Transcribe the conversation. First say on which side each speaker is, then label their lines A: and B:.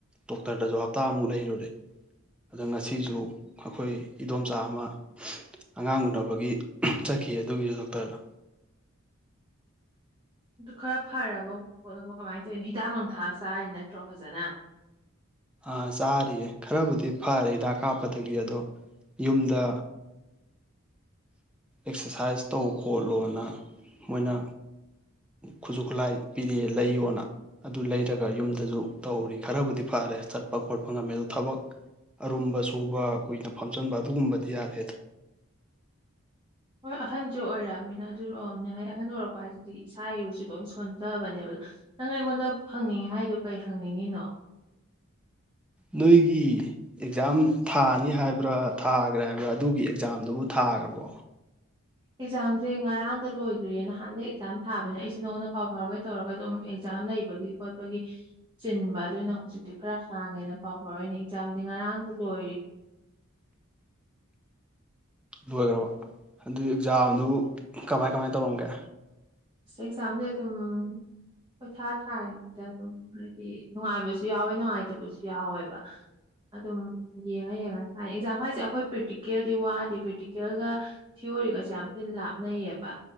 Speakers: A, in the centre; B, on the right.
A: ꯗꯣꯛꯇꯔꯗꯁꯨ ꯍꯞꯇꯥꯃꯨꯛ ꯂꯩꯔꯨꯔꯦ ꯑꯗꯣ ꯉꯁꯤꯁꯨ ꯑꯩꯈꯣꯏ ꯏꯗꯣꯝꯆꯥ ꯑꯃ ꯑꯉꯥꯡ ꯎꯟꯅꯕꯒꯤ ꯆꯠꯈꯤ ꯑꯗꯨꯒꯤꯁꯨ ꯗꯣꯛꯇꯔꯗ
B: ꯈꯔ ꯐꯔꯕ ꯈꯣꯠꯂꯕ ꯀꯃꯥꯏꯅ ꯇꯧꯔꯤꯅꯣ ꯍꯤꯗꯥꯛ ꯂꯥꯡꯊꯥꯛ ꯆꯥꯔꯤ ꯅꯠꯇ꯭ꯔꯣ ꯐꯖꯅ
A: ꯑꯥ ꯆꯥꯔꯤꯌꯦ ꯈꯔꯕꯨꯗꯤ ꯐꯔꯦ ꯍꯤꯗꯥꯛ ꯀꯥꯞꯄꯗꯒꯤ ꯑꯗꯣ ꯌꯨꯝꯗ ꯑꯦꯛꯁꯔꯁꯥꯏꯁ ꯇꯧ ꯈꯣꯠꯂꯣꯅ ꯃꯣꯏꯅ ꯈꯨꯠꯁꯨ ꯈꯨꯠꯂꯥꯏ ꯄꯤꯔꯛꯑꯦ ꯂꯩꯌꯣꯅ ꯑꯗꯨ ꯂꯩꯔꯒ ꯌꯨꯝꯗꯁꯨ ꯇꯧꯔꯤ ꯈꯔꯕꯨꯗꯤ ꯐꯔꯦ ꯆꯠꯄ ꯈꯣꯠꯄ ꯉꯝꯃꯦ ꯑꯗꯨ ꯊꯕꯛ ꯑꯔꯨꯝꯕ ꯁꯨꯕ ꯀꯨꯏꯅ ꯐꯝꯖꯟꯕ ꯑꯗꯨꯒꯨꯝꯕꯗꯤ ꯌꯥꯗꯦ
B: ꯍꯣꯏ ꯑꯍꯟꯁꯨ ꯑꯣꯏꯔꯛꯑꯃꯤꯅ ꯑꯗꯨꯅ ꯑꯣꯏꯔꯝꯅꯤ ꯍꯥꯏꯗꯤ ꯑꯍꯟ ꯑꯣꯏꯔꯛꯄ ꯍꯥꯏꯁꯤꯗꯤ ꯏꯁꯥ ꯏꯔꯨꯁꯨ ꯂꯣꯏ ꯁꯣꯟꯗꯕꯅꯦꯕ ꯅꯪ ꯑꯩꯉꯣꯟꯗ ꯍꯪꯅꯤꯡꯉꯤ ꯍꯥꯏꯗꯣ ꯀꯩ ꯍꯪꯅꯤꯡꯉꯤꯅꯣ
A: ꯅꯣꯏꯒꯤ ꯑꯦꯛꯖꯥꯝ ꯊꯥꯅꯤ ꯍꯥꯏꯕ꯭ꯔꯥ ꯊꯥꯈ꯭ꯔꯦ ꯍꯥꯏꯕ꯭ꯔꯥ ꯑꯗꯨꯒꯤ ꯑꯦꯛꯖꯥꯝꯗꯨꯕꯨ ꯊꯥꯈ꯭ꯔꯕꯣ
B: ꯑꯦꯛꯖꯥꯝꯁꯦ ꯉꯔꯥꯡꯗ ꯂꯣꯏꯈ꯭ꯔꯦ ꯅꯍꯥꯟꯗꯩꯩ ꯑꯦꯛꯖꯥꯝ ꯊꯥꯕꯅꯦ ꯑꯩꯁꯦ ꯅꯉꯣꯟꯗ ꯄꯥꯎ ꯐꯥꯎꯔꯒꯦ ꯇꯧꯔꯒ ꯑꯗꯨꯝ ꯑꯦꯛꯖꯥꯝ ꯂꯩꯕꯒꯤ ꯈꯣꯠꯄꯒꯤ ꯆꯤꯟꯕ ꯑꯗꯨꯏꯅ ꯍꯧꯖꯤꯛꯇꯤ ꯈꯔ ꯍꯥꯡꯉꯦꯅ ꯄꯥꯎ ꯐꯥꯎꯔꯛꯏꯅꯦ ꯑꯦꯛꯖꯥꯝꯗꯤ ꯉꯔꯥꯡꯗ ꯂꯣꯏꯔꯤ
A: ꯂꯣꯏꯈ꯭ꯔꯕ ꯑꯗꯨ ꯑꯦꯛꯖꯥꯝꯗꯨ ꯀꯃꯥꯏ ꯀꯃꯥꯏꯅ ꯇꯧꯔꯝꯒꯦ
B: ꯑꯁ ꯑꯦꯛꯖꯥꯝꯁꯦ ꯑꯗꯨꯝ ꯄꯪꯊꯥ ꯊꯥꯔꯤꯅꯦꯗ ꯑꯗꯨꯝ ꯍꯥꯏꯗꯤ ꯅꯨꯡꯉꯥꯏꯕꯁꯨ ꯌꯥꯎꯋꯦ ꯅꯨꯡꯉꯥꯏꯇꯕꯁꯨ ꯌꯥꯎꯋꯦꯕ ꯑꯗꯨꯝ ꯌꯦꯡꯉ ꯌꯦꯡꯉ ꯊꯥꯏ ꯑꯦꯛꯖꯥꯝ ꯍꯥꯏꯁꯦ ꯑꯩꯈꯣꯏ ꯄ꯭ꯔꯦꯛꯇꯤꯀꯦꯜꯗꯤ ꯋꯥꯠꯂꯤ ꯄ꯭ꯔꯦꯛꯇꯤꯀꯦꯜꯒ ꯊꯤꯑꯣꯔꯤꯒꯁꯦ ꯌꯥꯝ ꯊꯤꯅ ꯂꯥꯞꯅꯩꯌꯦꯕ